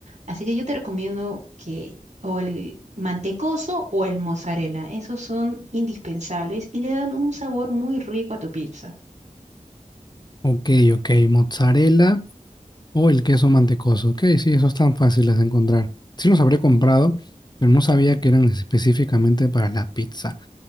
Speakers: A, on the right; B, on the left.
A: Así que yo te recomiendo que o el mantecoso o el mozzarella, esos son indispensables y le dan un sabor muy rico a tu pizza.
B: Ok, ok, mozzarella o el queso mantecoso. Ok, sí, esos tan fáciles de encontrar. Sí los habré comprado, pero no sabía que eran específicamente para la pizza.